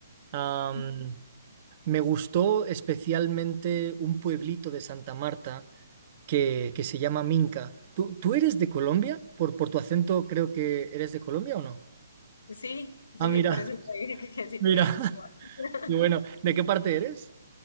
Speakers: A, on the right; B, on the left.
A: Am,
B: Ujú.
A: me gustó especialmente un pueblito de Santa Marta que, que se llama Minca. ¿Tú, tú eres de Colombia? Por, por tu acento creo que eres de Colombia o no.
B: Sí, sí,
A: Ah, mira,
B: por eso te
A: <laughs>
B: dije que, que sí
A: mira.
B: te había gustado.
A: Y bueno,
B: <laughs>
A: ¿de qué parte eres?